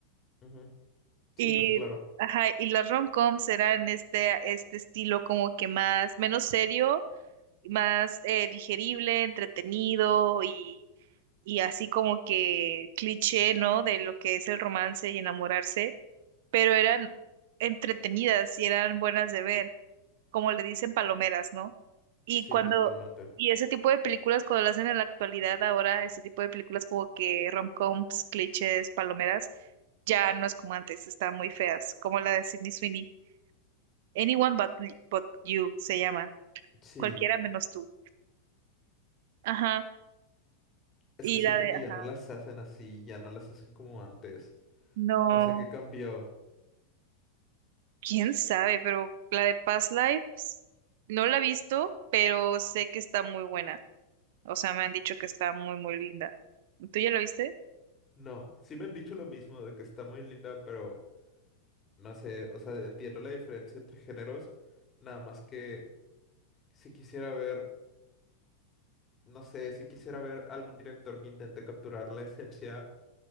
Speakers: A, on the left; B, on the right.
A: ujú, Sí,
B: Y,
A: pues claro,
B: ajá, y las rom-coms eran este, este estilo como que más, menos serio, más eh, digerible, entretenido y, y así como que cliché, ¿no? De lo que es el romance y enamorarse, pero eran entretenidas y eran buenas de ver, como le dicen palomeras, ¿no? Y
A: sí,
B: cuando,
A: totalmente.
B: y ese tipo de películas, cuando lo hacen en la actualidad, ahora ese tipo de películas como que rom-coms, clichés, palomeras ya no es como antes, están muy feas, como la de Sydney Sweeney. Anyone but, but you se llama.
A: Sí.
B: Cualquiera menos tú. Ajá.
A: Es
B: Y
A: que siento
B: la de,
A: que ya
B: ajá.
A: no las hacen así, ya no las hacen como antes.
B: No,
A: No sé qué cambió.
B: quién sabe, pero la de Past Lives no la he visto, pero sé que está muy buena. O sea, me han dicho que está muy, muy linda. ¿Tú ya la viste?
A: No, sí me han dicho lo mismo de que está muy linda, pero no sé, o sea, entiendo la diferencia entre géneros, nada más que si quisiera ver, no sé, si quisiera ver algún director que intente capturar la esencia